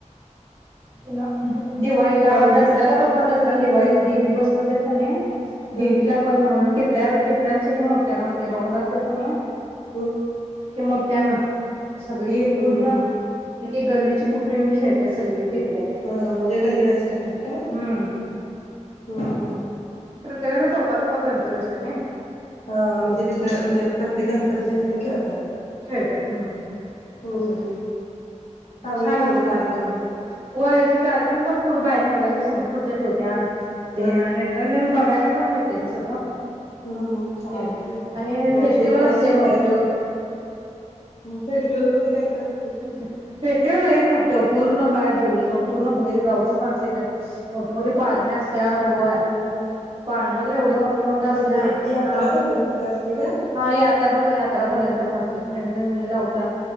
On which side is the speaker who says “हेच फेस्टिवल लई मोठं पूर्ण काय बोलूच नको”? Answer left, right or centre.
Right